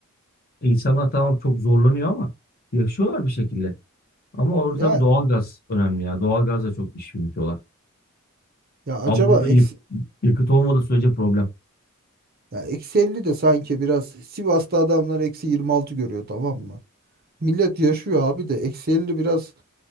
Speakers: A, on the left (about 45°); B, on the right (about 45°).
A: insanlar tamam çok zorlanıyor ama yaşıyorlar bir şekilde. Ama orada
B: Yani
A: tabii doğalgaz önemli ya. Doğalgazla çok iş yürütüyorlar.
B: ya
A: Abi
B: acaba
A: burada
B: eksi,
A: yak- yakıt olmadığı sürece problem.
B: ya eksi 50 de sanki biraz Sivas'ta adamlar eksi 26 görüyor tamam mı? Millet yaşıyor abi de eksi 50 biraz